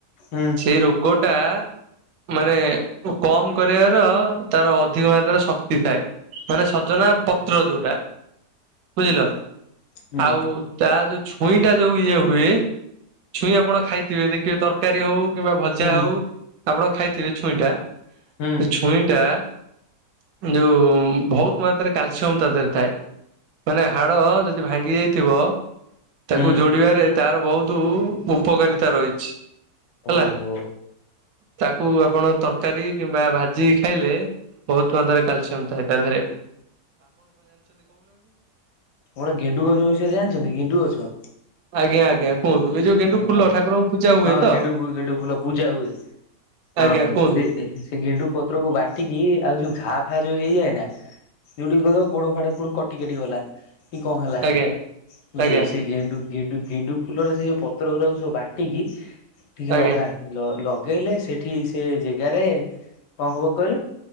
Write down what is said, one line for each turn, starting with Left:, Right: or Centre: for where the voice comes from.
Left: ହୁଁ
Right: ସେଇ ରୋଗଟା ମାନେ କମ କରିବାର ତାର ଅଧିକ ମାତ୍ରାରେ ଶ କ୍ତି ଥାଏ ମାନେ ସଜନା ପତ୍ର ଯୋଉଟା ବୁଝିଲ?
Left: ହୁଁ
Right: ଆଉ ତା ଯୋଉ ଛୁଇଁ ଟା ଯୋଉ ଇଏ ହୁଏ ଛୁଇଁ ଆପଣ ଖାଇଥିବେ ଦେଖିବେ ତର କାରୀ ହଉ କିମ୍ବା ଭଜା
Left: ହୁଁ
Right: ହଉ ଆପଣ ଖାଇଥିବେ ଛୁଇଁଟା
Left: ହୁଁ
Right: ସେ ଛୁଇଁଟା ଯୋଉ ଭୋଉତ ମାତ୍ରାରେ କାଲସିୟମ ତା ଦେହରେ ଥାଏ। ମାନେ ହାଡ଼ ଯଦି ଭାଙ୍ଗି ଯାଇଥିବ ତାକୁ
Left: ହୁଁ।
Right: ଯୋଡିବାରେ ତାର ବହୁତ ଉପକାରିତା ରହିଛି। ହେଲା।
Left: ଓହୋ।
Right: ତାକୁ ଆପଣ ତରକାରୀ କିମ୍ବା ଭାଜିକି ଖାଇଲେ ବହୁତ ମାତ୍ରାରେ କ୍ୟାଲସିୟମ ଥାଏ ତା ଧେରେ।
Left: ଗୋଟେ ଗେଣ୍ଡୁ ଗଛ ବିଷୟରେ ଜାଣିଛନ୍ତି ଗେଣ୍ଡୁ ଗଛ?
Right: ଆଜ୍ଞା ଆଜ୍ଞା। କୁହନ୍ତୁ ଏଇ ଯୋଉ ଗେଣ୍ଡୁ
Left: ହା
Right: ଫୁଲ ଠାକୁରଙ୍କୁ ପୂଜା ହୁଏ
Left: ହଁ
Right: ତ
Left: ଗେଣ୍ଡୁ ଫୁଲ ଗେଣ୍ଡୁ ଫୁଲ ପୂଜା ହୁଏ। ହଁ
Right: ଆଜ୍ଞା
Left: ହଁ
Right: କୁହନ୍ତୁ
Left: ସେ ସେ ଗେଣ୍ଡୁ ପତ୍ରକୁ ବାଟିକି ଆଉ ଯୋଉ ଘା ଫା ଯୋଉ ହେଇଯାଏ ନା ଯୋଉଠି କହିବ ଗୋଡ ଫାଟା କୋଉଠି କଟି କାଟି ଗଲା। କି କଣ ହେଲା
Right: ଆଜ୍ଞା।
Left: ବୁଝିଲେକି
Right: ଆଜ୍ଞା
Left: ସେ ଗେଣ୍ଡୁ ଗେଣ୍ଡୁ ଗେଣ୍ଡୁ ଫୁଲରେ ସେ ଯୋଉ ପ ତ୍ର ଗୁଡାକୁ ସବୁ ବାଟିକି ଟିକେ
Right: ଆଜ୍ଞା
Left: ଲଗାନ୍ତି। ଲ ଲଗେଇଲେ ସେଠି ସେ ଜାଗାରେ କଣ ହବ କହିଲେ?